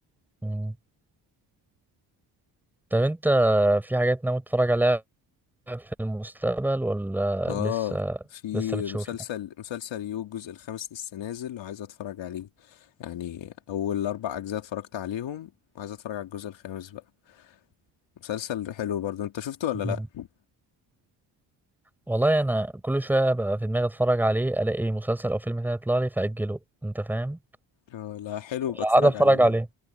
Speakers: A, in the centre; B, on the left.
A: مم. طب انت في حاجات ناوي تتفرج عليها في المستقبل ولا
B: اه
A: لسه
B: في
A: لسه بتشوف
B: مسلسل
A: يعني
B: مسلسل يو الجزء الخامس لسه نازل وعايز اتفرج عليه يعني اول اربع اجزاء اتفرجت عليهم وعايز اتفرج على الجزء الخامس بقى مسلسل حلو برضو انت شفته ولا
A: مم.
B: لا
A: والله انا كل شويه بقى في دماغي اتفرج عليه الاقي مسلسل او فيلم تاني يطلع لي فاجله انت فاهم
B: آه، لا حلو بتفرج
A: قاعد اتفرج
B: عليه برضو
A: عليه